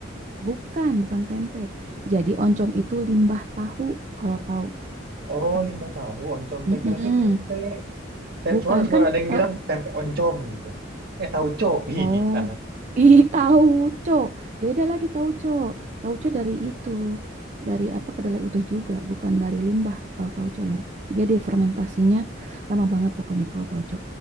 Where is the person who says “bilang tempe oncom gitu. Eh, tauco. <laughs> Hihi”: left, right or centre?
Right